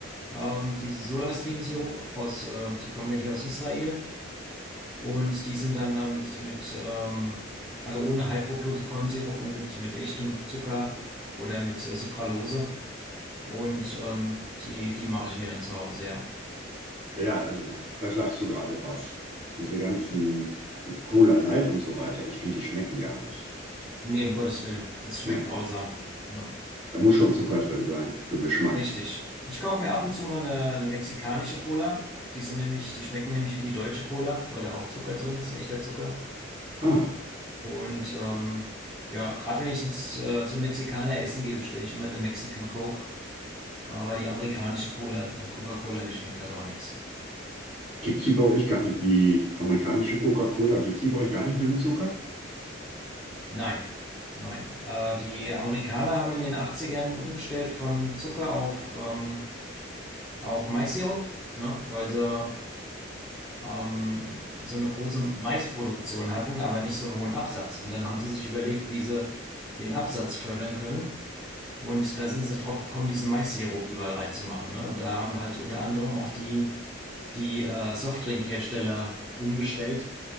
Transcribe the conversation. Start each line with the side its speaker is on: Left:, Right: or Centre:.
Centre: Ähm, diese SodaStream-Sirup aus, äh, die kommen ja hier aus Israel und die sind dann äh, mit mit ähm, also ohne High-Fructose-Kornsirup und mit mit echtem Zucker oder mit äh, Sucralose und ähm, die die mache ich mir dann zu Hause. Ja,
Right: Ja, äh, da sagst du gerade was. Diese ganzen Cola Light und so weiter, ich finde, die schmecken gar nicht.
Centre: nee, um Gottes Willen, das schmeckt
Right: Ja,
Centre: grausam. Ja.
Right: da muss schon Zucker drin sein für den Geschmack.
Centre: Richtig. Ich kaufe mir ab und zu mal eine, eine mexikanische Cola. Die sind nämlich, die schmecken nämlich wie die deutsche Cola, weil da auch Zucker drin ist, echter Zucker.
Right: Ah,
Centre: Und ähm, ja, gerade wenn ich ins, äh, zum Mexikaner essen gehe, bestelle ich immer eine Mexican Coke. Aber die amerikanische Cola, äh, Coca-Cola, die schmeckt halt auch nichts.
Right: gibt's die bei euch gar nicht, die amerikanische Coca-Cola, gibt's die bei euch gar nicht mehr mit Zucker?
Centre: Nein, nein. Äh, die Amerikaner haben in den Achtzigern umgestellt von Zucker auf, ähm, auf Maissirup, ne? Weil sie ähm, so eine große Maisproduktion hatten, aber nicht so einen hohen Absatz. Und dann haben sie sich überlegt, wie sie den Absatz fördern können. Und da sind sie drauf gekommen, diesen Mais-Sirup überall reinzumachen, ne? Und da haben halt unter anderem auch die, die äh, Softdrinkhersteller umgestellt